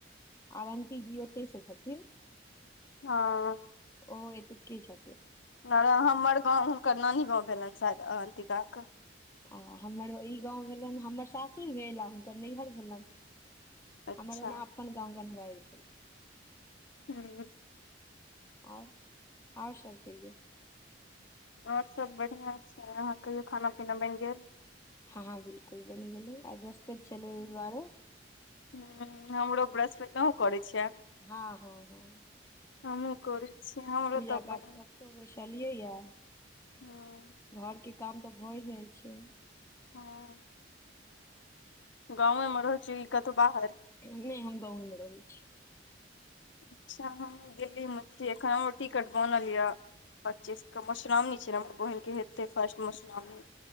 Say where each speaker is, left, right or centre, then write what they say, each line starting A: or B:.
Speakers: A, on the left; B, on the left.
A: आवन्ती जी ओतै स छथिन
B: हँ
A: ओ एतुके छथिन
B: अरे हमर गाँव हूनकर नानी गाँव भेलनि अवन्तिका क
A: आ हमर ई गाँव भेलनि हमर सासुर भेल आ हुनकर नैहर भेलनि
B: अच्छा
A: हमर ओना अपन गाँव घनवारि भेल
B: हुँ
A: आओर आओर सब कहियौ
B: आओर सब बढ़ियाँ छै अहाँ कहियो खाना पीना बनि गेल
A: हँ हँ बिल्कुल बनि गेलै आय बृहस्पति छलै एहि दुआरे
B: हुँ हमरो ब्रहस्पति अहुँ करै छियै।
A: हँ हँ हँ
B: हमहुँ करै छियै हमरो
A: पूजा
B: तऽ बहिन
A: पाठ कऽ कऽ बैसलियै ये
B: हँ
A: घर के काम तऽ भए जाइ छै
B: हँ गाँवेमे रहैत छियै ई कतहु बाहर
A: नय हम गावें मे रहै छीयै।
B: अच्छा हमहुँ दिल्लि मे छी एखन हमरो टिकट बनल य पच्चीस क मुश्रामनी छै न हमर बहिनके हेतै फर्स्ट मुश्रावणी